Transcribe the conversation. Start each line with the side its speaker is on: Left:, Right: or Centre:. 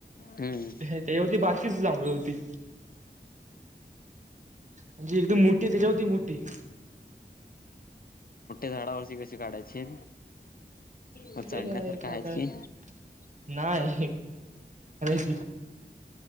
Left: हम्म. हम्म
Right: त्याच्यावरती बारकीच जांभळ होती म्हणजे एकदम मोठी आहे त्याच्यावरती मोठी
Left: झाडावररची कशी काढायची मग चढण्यासारखं
Right: ते काय काय
Left: आहेत
Right: तर
Left: की
Right: नाय
Left: <inaudible>
Right: <inaudible>